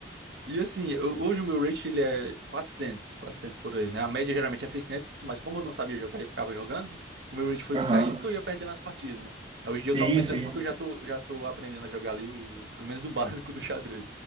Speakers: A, on the right; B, on the right.
A: E assim, eu- hoje o meu rate ele é quatrocentos quatrocentos por aí, né? A média geralmente é seiscentos mas como eu não sabia jogar e eu ficava jogando, o meu rate foi
B: uhum,
A: caindo
B: aham.
A: porque
B: Uhum.
A: eu ia perdendo as partidas, né? Aí Hoje em dia eu
B: Sim,
A: tô aumentando
B: sim.
A: porque eu já tô, já tô aprendendo a jogar ali, o, pelo menos do <laughs> básico do xadrez,